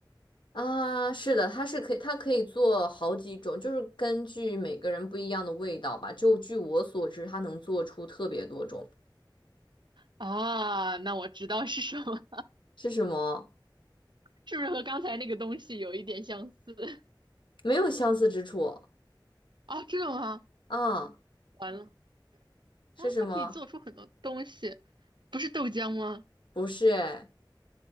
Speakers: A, on the left (about 70°); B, on the right (about 65°).
A: 啊。是的，它是可以，它可以做好几种，就是根据每个人不一样的味道吧。就据我所知，它能做出特别多种。
B: 啊？那我知道是什么。
A: 是什么？
B: 是不是和刚才那个东西有一点相似？<laughs>
A: 没有相似之处
B: 啊，这的吗？
A: 啊？
B: 完了
A: 是什么？
B: 啊，它可以做出很多东西，不是豆浆吗？
A: 不是哎，